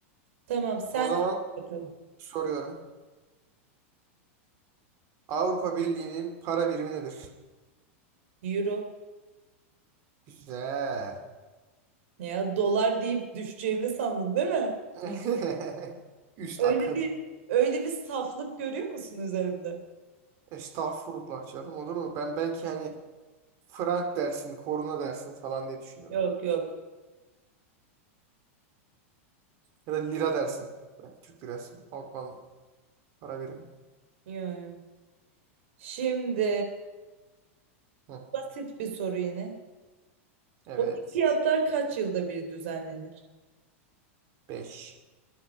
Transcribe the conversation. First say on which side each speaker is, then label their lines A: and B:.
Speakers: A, on the right; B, on the right.
A: Tamam sen
B: O zaman
A: bakalım.
B: soruyorum. Avrupa Birliği'nin para birimi nedir?
A: Euro.
B: Güzel.
A: Ne Ya dolar deyip düşeceğimi sandın değil mi?
B: <laughs> Üst
A: Öyle
B: akıl.
A: bir öyle bir saflık görüyor musun üzerimde?
B: Estağfurullah canım olur mu? Ben belki hani frank dersin, koruna dersin falan diye düşünüyordum.
A: Yok yok.
B: Ya da lira dersin. Belki Türk lirası. Avrupa'nın para birimi.
A: Yok yok. Şimdi
B: Hı.
A: basit bir soru yine.
B: Evet.
A: Olimpiyatlar kaç yılda bir düzenlenir?
B: 5.